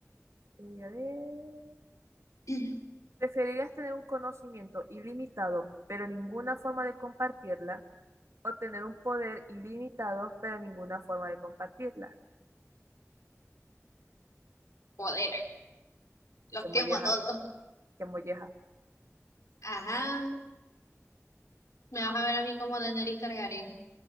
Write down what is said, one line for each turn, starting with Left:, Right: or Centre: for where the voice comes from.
Right: eh, a ver.
Left: <clears throat>
Right: ¿Preferirías tener un conocimiento ilimitado, pero ninguna forma de compartirla? ¿O tener un poder ilimitado, pero ninguna forma de compartirla?
Left: Poder. Los
Right: Qué molleja,
Left: quemo a todos.
Right: qué molleja.
Left: Ajá, me vas a ver a mí como Daenerys Targaryen.